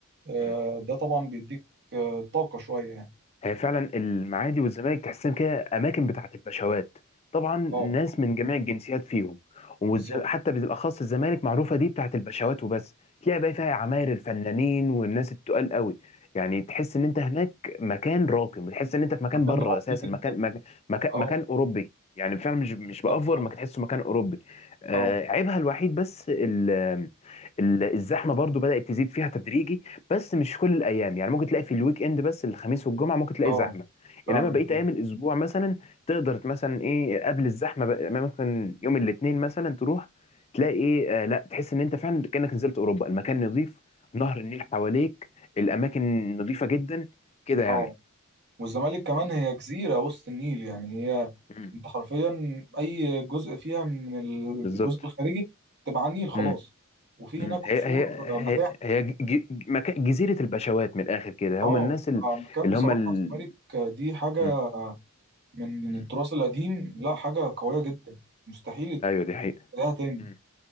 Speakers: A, on the right; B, on the left.
A: آه
B: مم.
A: ده طبعا بيديك آه طاقة شوية يعني
B: هي فعلا المعادي والزمالك تحسهم كده اماكن بتاعت البشوات طبعا
A: اه
B: ناس من جميع الجنسيات فيهم والز...
A: بالظبط
B: حتى بالاخص الزمالك معروفه دي بتاعت البشوات وبس تلاقي بقى فيها عماير الفنانين والناس التقال قوي يعني تحس ان انت هناك مكان راقي تحس ان انت في مكان
A: مكان
B: بره
A: راقي
B: اساسا
A: جدا
B: مكان مك... مك...
A: اه
B: مكان اوروبي يعني فعلا مش مش
A: بالظبط
B: بافور
A: فعلا
B: ما تحسه مكان اوروبي آه
A: اه
B: عيبها الوحيد بس ال... ال- الزحمه برضو بدات تزيد فيها تدريجي بس مش كل الايام يعني ممكن تلاقي في الويك اند بس الخميس والجمعه ممكن تلاقي
A: اه
B: زحمه
A: فعلا
B: انما بقيه
A: طيب
B: ايام الاسبوع مثلا تقدر مثلا ايه قبل الزحمه بقى يعني ممكن يوم الاثنين مثلا تروح تلاقي ايه آه لا تحس ان انت فعلا كانك نزلت اوروبا المكان نظيف نهر النيل حواليك الاماكن نظيفه جدا كده يعني
A: اه والزمالك كمان هي جزيرة وسط النيل يعني هي
B: امم
A: انت حرفيا اي جزء فيها من ال-
B: بالظبط
A: الجزء الخارجي تبقى على النيل خلاص
B: امم
A: وفي
B: امم
A: هناك قصور
B: هي هي
A: آه، متاحف
B: هي, هي ج- ج- مكان- جزيره البشوات من الاخر كده
A: اه
B: هم الناس ال-
A: مكان
B: اللي
A: بصراحة
B: هم ال...
A: الزمالك آه، دي حاجة
B: مم.
A: من
B: مم.
A: التراث القديم لا حاجة قوية
B: مم.
A: جدا مستحيل
B: ايوه دي حقيقه
A: تلاقيها تاني
B: مم.